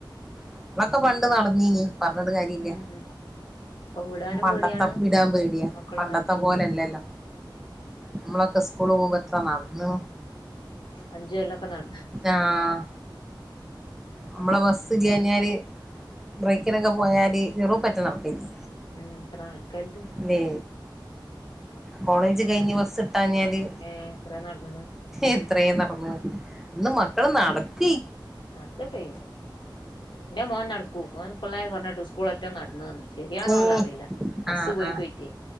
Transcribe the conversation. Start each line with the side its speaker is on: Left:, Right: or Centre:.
Centre: നമ്മളൊക്കെ പണ്ട് നടന്നീനി പറഞ്ഞിട്ട് കാര്യല്ല
Left: ഉം ഉം ഇപ്പം വിടാനും
Centre: പണ്ടത്ത
Left: പേടിയാണ്
Centre: വിടാൻ പേടിയാ
Left: മക്കള്
Centre: പണ്ടത്തെ
Left: നടക്കൂല്ല
Centre: പോലെല്ലല്ലോ നമ്മളൊക്കെ സ് സ്കൂള് പോവുമ്പം എത്ര നടന്ന്ണ്
Left: അഞ്ച് കൊല്ലൊക്കെ നട്
Centre: ആഹ് നമ്മളെ ബസ്സ് ഇല്ല്യാഞ്ഞാല് ബ്രേക്കിനൊക്കെ പോയാല് എറു പറ്റി നടക്കെനി
Left: ഉം എത്ര നടക്കല്ണ്ട്
Centre: ല്ലേ കോളേജ് കഴിഞ് ബസ് ട്ടാഞ്ഞാല്
Left: ഏഹ് എത്ര നടന്ന്ണ്
Centre: എത്രേ നടന്നു ഇന്ന് മക്കള് നടക്കു
Left: നടക് ക്കെയും ഇന്റെ മോന് നട്ക്കും ഓൻ പിള്ളേര് പർഞ്ഞെട്ടു സ്കൂളറ്റം നടന്ന് ന്ന് ശെരിയാണോ
Centre: ഏഹ്
Left: ഒള്ള അറീല ബസ്സ്
Centre: ആഹ്
Left: പോയി
Centre: ആഹ്
Left: പോയ്റ്റേ